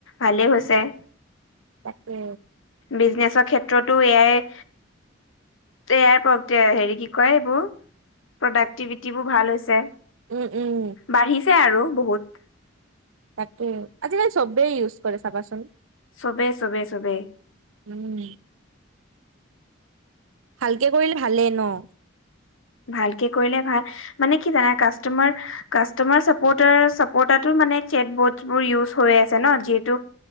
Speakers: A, on the left (about 80°); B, on the right (about 85°).
A: ভালেই হৈছে।
B: তাকে
A: বিজনেছৰ ক্ষেত্ৰতো এয়াই ইয়াৰ হেৰি কি কয় এইবোৰ প্ৰডাক্টিভিটিবোৰ ভাল হৈছে।
B: উম, উম,
A: বাঢ়িছে আৰু বহুত।
B: তাকে আজিকালি চবেই ইউজ কৰে চাবাচোন।
A: চবে চবে চবে
B: উম, ভালকে কৰিলে ভালেই ন।
A: ভালকে কৰিলে ভাল মানে কি জানা কাষ্টমাৰ কাষ্টমাৰ চাপোটাৰ চাপোটাৰটো চেট বোটবোৰ ইউজ হৈ আছে ন। যিহেতু